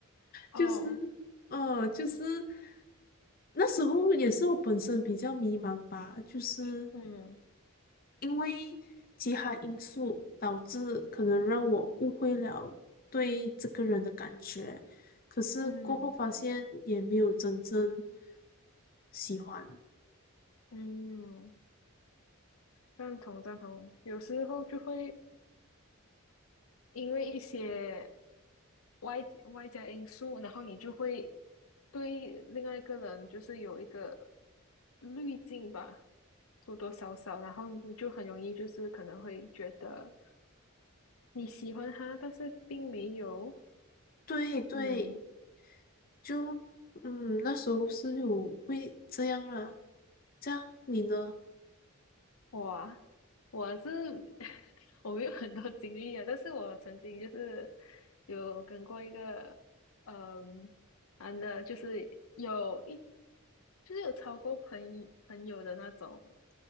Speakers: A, on the left; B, on the left.
A: 哦，
B: 就是，呃，就是那时候也是我本身比较迷茫吧，就是
A: 嗯
B: 因为其他因素导致可能让我误会了对这个人的感觉，可是过后发现也没有真正
A: 嗯
B: 喜欢。
A: 嗯，赞同赞同。有时候就会因为一些外外加因素，然后你就会对另外一个人就是有一个滤镜吧，多多少少，然后你就很容易就是可能会觉得你喜欢他，但是并没有，
B: 对对，
A: 嗯，
B: 就嗯，那时候是有会这样啦。这样你呢？
A: 哇，我是 <laughs> 我没有很多经历啊，但是我曾经就是有跟过一个嗯男的，就是有一就是有超过朋友朋友的那种